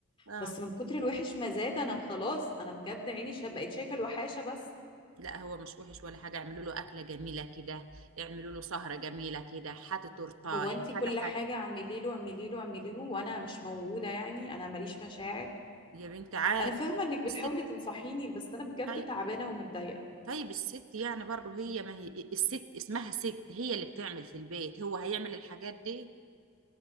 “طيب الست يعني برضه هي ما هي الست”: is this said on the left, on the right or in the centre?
Right